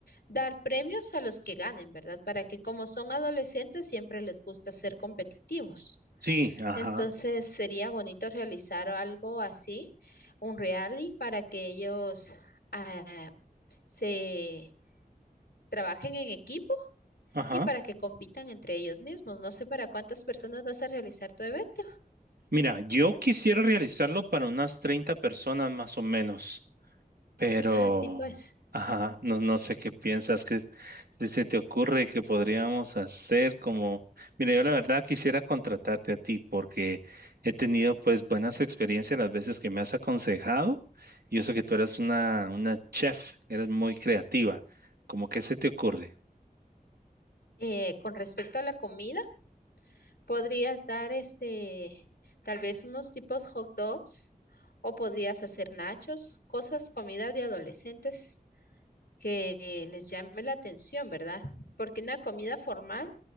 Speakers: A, on the left (about 85°); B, on the right (about 75°).
A: dar premios a los que ganen, ¿verdad? Para que como son adolescentes, siempre les gusta ser competitivos.
B: sí, ajá,
A: Entonces, sería bonito realizar algo así, un rally, para que ellos... ah, se trabajen en equipo
B: ajá.
A: y para que compitan entre ellos mismos. No sé para cuántas personas vas a realizar tu evento.
B: Mira, yo quisiera realizarlo para unas 30 personas más o menos. Pero,
A: Ah, sí, pues.
B: ajá, no, no sé qué piensas que si se te ocurre que podríamos hacer como, mira, yo la verdad quisiera contratarte a ti porque he tenido pues buenas experiencias las veces que me has aconsejado. Yo sé que tú eres una, una chef, eres muy creativa. ¿Cómo que se te ocurre?
A: Eh, con respecto a la comida, podrías dar este, tal vez unos tipos hot dogs o podrías hacer nachos, cosas, comida de adolescentes que les llame la atención, ¿verdad? Porque una comida formal